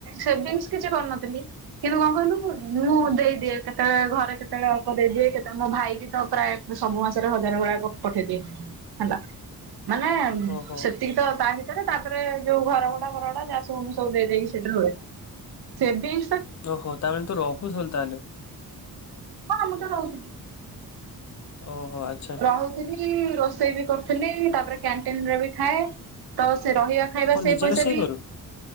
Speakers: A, on the right; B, on the left.
A: ସେଭିଂସ କିଛି କରିନଥିଲି। କିନ୍ତୁ କଣ କହିଲୁ ମୁଁ ଦେଇଦିଏ କେତେବେଳେ ଘରେ କେତେବେଳେ ଅଳ୍ପ ଦେଇଦିଏ କେତେବେଳେ ମୋ ଭାଇ ବି ତ ପ୍ରାୟ ସବୁ ମାସରେ ହଜାର ଭଳିଆ ପଠେଇଦିଏ ହେଲା। ମାନେ
B: ଓହୋ
A: ସେତିକି ତ ତା ଭିତରେ ତାପରେ ଯୋଉ ଘରଭଡ଼ା ଘରଭଡା ଯାହା ସବୁ ସବୁ ଦେଇଦେଇକି ସେଇଠା ହୁଏ ସେଭିଂ
B: ଓହୋ ତାମାନେ ତୁ ରହୁଥିଲୁ ତାହେଲେ।
A: ହଁ ମୁଁ ତ ରହୁଥିଲି।
B: ଓହୋ ଆଚ୍ଛା।
A: ଖାଉଥିଲି ରୋଷେଇ ବି କରୁଥିଲି ତାପରେ କ୍ୟାଣ୍ଟିନରେ ବି ଖାଏ ତ ସେ ରହିବା ଖାଇବା
B: କଣ
A: ସେଇ
B: ନିଜେ
A: ପଇସାରେ
B: ରୋଷେଇ
A: ବି
B: କରୁ?